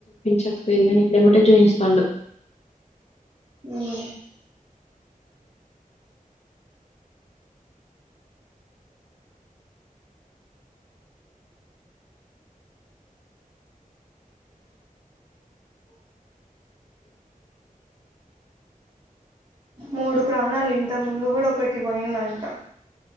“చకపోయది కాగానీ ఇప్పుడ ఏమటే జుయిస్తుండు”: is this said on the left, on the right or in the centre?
Left